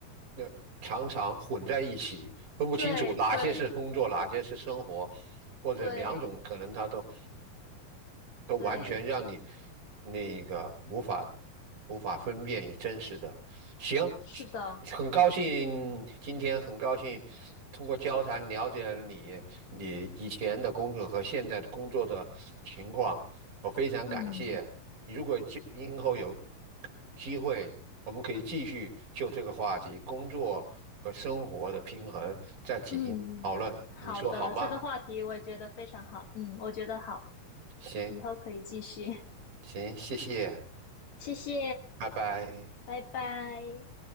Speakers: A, on the right; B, on the left.
A: 那常常混在一起，分不清楚哪些是工作，
B: 对对
A: 哪些是生活，或者两种可能他都
B: 对
A: 都完全让你
B: 对，
A: 那个无法无法分辨与真实的。行，
B: 是的，
A: 很高兴今天很高兴通过交谈了解了你你以前的工作和现在的工作的情况，我非常感谢。
B: 嗯
A: 如果今今后有机会，我们可以继续就这个话题，工作和生活的平衡再进行讨论，
B: 嗯，好的，
A: 你说好吗？
B: 这个话题我也觉得非常好，嗯，我觉得好，
A: 行
B: 以后可以继续，
A: 行，谢谢，
B: <laughs> 谢谢，
A: 拜拜。
B: 拜拜。